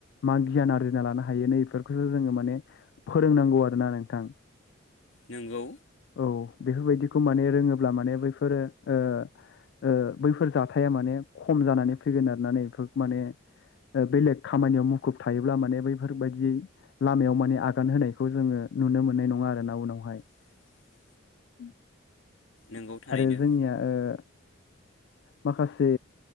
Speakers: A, on the left; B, on the left.
A: मा गियान आरजिना लानो हायो नैफोरखौसो जोङो माने फोरोंनांगौ आरो। ना नोंथां
B: नोंगौ
A: औ बेफोरबायदिखौ माने रोङोब्ला माने बैफोरो ओ बैफोर जाथाया माने खम जानानै फैगोन आरो ना नै बेफोर माने बेलेग खामानियाव मुखुब थायोब्ला माने बैफोर बायदि लामायाव माने आगान होनायखौ जोङो। नुनो मोननाय नङा आरो ना उनावहाय
B: <inaudible>
A: <inaudible>
B: नोंगौ थारैनो
A: आरो जोंनिया ओ माखासे